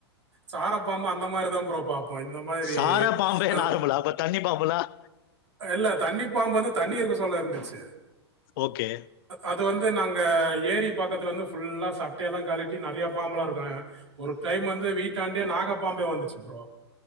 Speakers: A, on the right; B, on the left.
A: சாரப்பாம்பு அந்த மாரி தான் ப்ரோ பாப் ஓ இந்த மாதிரி
B: சாரா பாம்பே
A: அவ்
B: நார்மலா? அப்ப தண்ணி பாம்புலாம்?
A: இல்ல தண்ணி பாம்பு வந்து தண்ணி இருக்க சொல்ல இருந்துச்சு
B: ஓகே
A: அது வந்து நாங்க ஏரி பக்கத்துல வந்து ஃபுல்லா சட்டைய எல்லாம் கழட்டி நெறைய பாம்பலா இருக்கு ஒரு டைம் வந்து வீட்டாண்டே நாகப்பாம்பே வந்துச்சு ப்ரோ